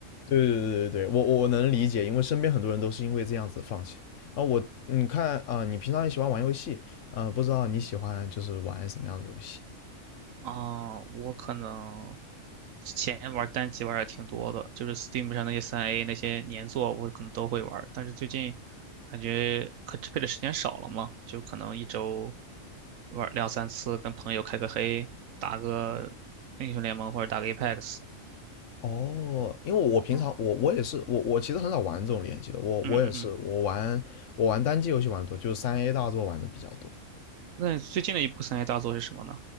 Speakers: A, on the left (about 70°); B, on the right (about 80°).
A: 对对对对，我我能理解，因为身边很多人都是因为这样子放弃。啊，我你看啊、你平常也喜欢玩游戏，啊，不知道你喜欢就是玩什么样的游戏？
B: <laughs> 啊、我可能之前玩单机玩的挺多的，就是 Steam 上那些三 A 那些年作，我可能都会玩。但是最近感觉可支配的时间少了嘛，就可能一周玩两三次，跟朋友开个黑，打个英雄联盟或者打个 Apex
A: 哦，因为我平常我我也是我我其实很少玩这种联机的，
B: 啊、
A: 我我也是我玩我玩单机游戏玩的多，
B: 嗯嗯嗯，
A: 就是三 A 大作玩的比较多。
B: 那最近的一部三 A 大作是什么呢？